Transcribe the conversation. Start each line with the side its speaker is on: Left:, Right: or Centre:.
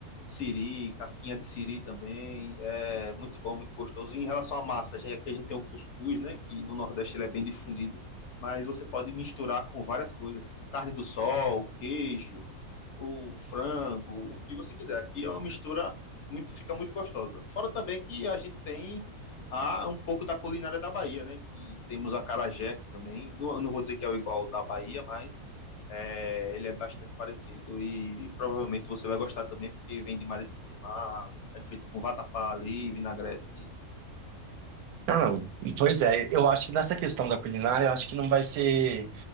Left: siri, casquinha de siri também. É muito bom, muito gostoso. Em relação à massa, a gente, aqui a gente tem o cuscuz, né, que no Nordeste ele é bem difundido, mas você pode misturar com várias coisas, carne do sol, queijo, o frango, o que você quiser. Aqui é uma mistura muito, fica muito gostosa. Fora também que a gente tem a um pouco da culinária da Bahia, né? E temos a acarajé aqui também. Não, eu não vou dizer que é o igual ao da Bahia, mas é, ele é bastante parecido e provavelmente você vai gostar também, porque vem de marisco do mar, é feito com vatapá ali, vinagrete.
Right: Não, não. Pois é, eu acho que nessa questão da culinária, eu acho que não vai ser.